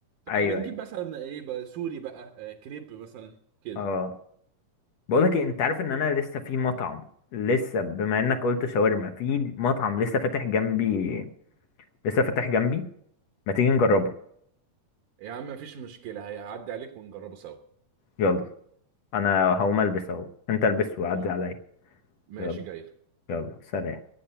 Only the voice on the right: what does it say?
فبنجيب
مثلا ايه بقى سوري بقى آه، كريب مثلا كده
يا عم مفيش مشكله هيعدي عليك ونجربه سوا
تمام
ماشي
جاي